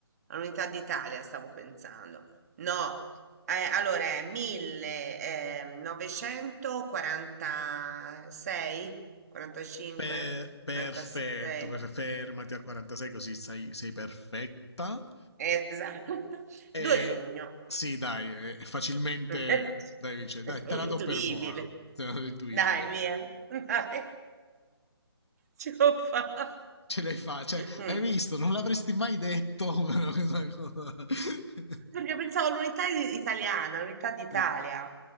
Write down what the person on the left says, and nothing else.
Per- perfetto,
per- fermati a 46 così sei, sei perfetta.
E
sì, dai, è facilmente,
dai, dice, dai, te la
do per buona, te la do intuibile.
dice.
Ce l'hai fa, cioè,
hai visto, non l'avresti mai detto, <laughs> però questa cosa. <laughs>
sì,